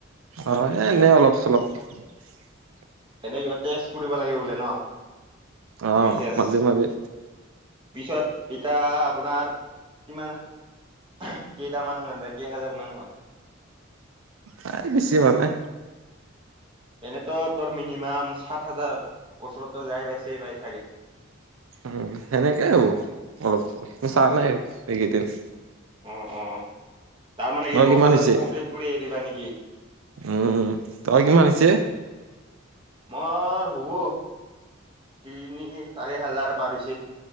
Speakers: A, on the right (about 85°); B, on the right (about 25°).
A: অ', এ এনে <unintelligible>
B: এনে কিবা টেষ্ট কৰিব লাগে বোলে ন
A: অ',
B: মেছেজ
A: মাজে মাজে
B: পিছত এতিয়া আপোনাৰ কিমান কেইটা মানুহ কেইহাজাৰ মান হল
A: নাই বেছি হোৱা নাই।
B: এনেতো তোৰ মিনিমাম সাত হাজাৰ ওচৰতো যাই পাইছে পাই থাকে
A: উম সেনেকেই আৰু অলপ
B: অ',
A: চা নাই এইকেইদিন
B: অ অ তাৰ মানে
A: তই
B: কি দহ
A: কিমান
B: হাজাৰতটো
A: হৈছে
B: কমপ্লিট কৰি এ দিবা নেকি
A: উম তই কিমান হৈছে
B: মই হবো তিনি চাৰি হাজাৰ পাৰ হৈছে